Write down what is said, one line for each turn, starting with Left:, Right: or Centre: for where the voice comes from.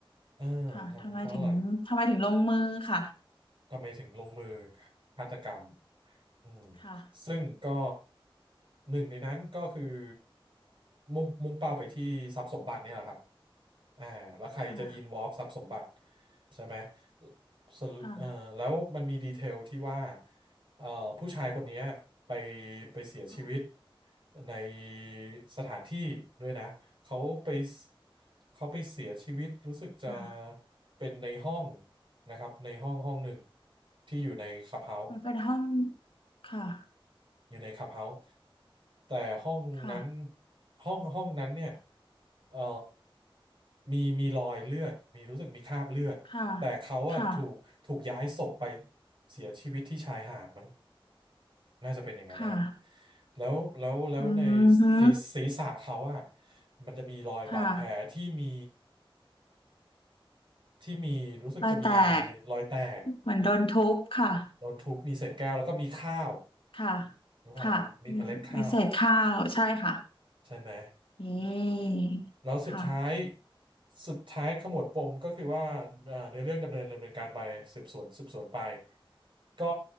Right: เออทำไปเพราะอะไร
Left: ค่ะทำไมถึงทำไมถึงลงมือค่ะ
Right: ทำไมถึงลงมือฆาตกรรมอืม
Left: ค่ะ
Right: ซึ่งก็หนึ่งในนั้นก็คือมุ่งมุ่งเป้าไปที่ทรัพย์สมบัติเนี่ยแหละครับอ่าแล้วใครจะอินวอล์ฟทรัพย์สมบัติ
Left: ค่ะ
Right: ใช่ไหมสรุปเอ่อแล้วมันมีดีเทลที่ว่า
Left: ค่ะ
Right: เอ่อผู้ชายคนเนี้ยไปไปเสียชีวิต
Left: ค่ะ
Right: ในสถานที่ด้วยนะ เขาไปเขาไปเสียชีวิตรู้สึกจะ
Left: ค่ะ
Right: เป็นในห้องนะครับในห้องห้องหนึ่งที่อยู่ในคลับเฮาส์
Left: มันเป็นห้องค่ะ
Right: อยู่ในคลับเฮาส์แต่ห้องนั้น
Left: ค่ะ
Right: ห้องห้องนั้นเนี่ยเอ่อมีมีรอยเลือดมีรู้สึกมีคราบเลือดแต่เขาอะถูกถูกย้ายศพไป
Left: ค่ะค่ะ
Right: เสียชีวิตที่ชายหาดมั้งน่าจะเป็นอย่างนั้นนะครับ
Left: ค่ะ
Right: แล้วแล้วแล้วใน
Left: อืมฮึ
Right: ศีรศีรษะเขาอะมันจะมีรอยบาดแผลที่มี
Left: ค่ะ
Right: ที่มีรู้สึกจะมี
Left: รอยแตก
Right: รอยแตก
Left: เหมือนโดนทุบค่ะ
Right: โดนทุบมีเศษแก้วแล้วก็มีข้าว
Left: ค่ะ
Right: นึกออกไหมฮะมีเมล็ดข้าว
Left: ค่ะมีมีเศษข้าวใช่ค่ะ
Right: ใช่ไหม
Left: นี่
Right: แล้วสุดท้าย
Left: ค่ะ
Right: สุดท้ายขมวดปมก็คือว่าเอ่อในเรื่องดำเนินดำเนินการไปสืบสวนสืบสวนไปก็